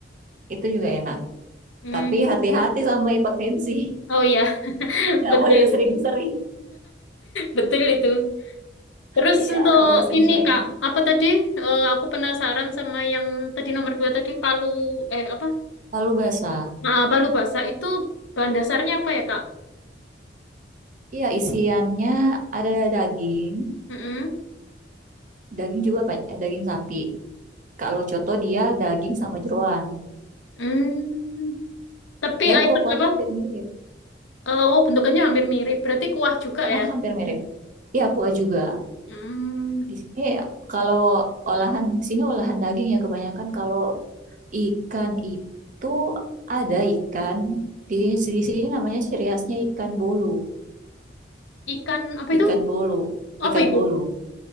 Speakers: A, on the right; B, on the left.
A: Itu juga enak.
B: mm.
A: Tapi hati-hati sama hipertensi. <laughs>
B: Oh ya <laughs>
A: Nggak
B: betul
A: boleh
B: itu.
A: sering-sering.
B: Betul itu. Terus
A: Iya,
B: untuk
A: nggak boleh sering-sering.
B: ini, Kak, apa tadi? Eh, aku penasaran sama yang tadi nomor dua tadi palu eh apa?
A: Lalu basah.
B: Nah, palu basah itu bahan dasarnya apa ya, Kak?
A: Iya, isiannya ada daging.
B: Mm-mm.
A: Daging juga ba- eh, daging sapi. Kalau coto dia daging sama jeroan.
B: Mm. Tapi
A: Dan
B: air
A: kuah-kuahnya
B: apa?
A: hampir mirip.
B: Eh, oh, bentukannya hampir mirip. Berarti kuah juga
A: Mas
B: ya.
A: hampir mirip. Iya, kuah juga.
B: Hmm.
A: Di sini kalau olahan, sini olahan daging ya kebanyakan. Kalau ikan itu ada ikan. Di, di sini namanya ciri khasnya ikan bolu.
B: Ikan apa itu?
A: Ikan bolu.
B: Apa
A: Ikan
B: itu?
A: bolu.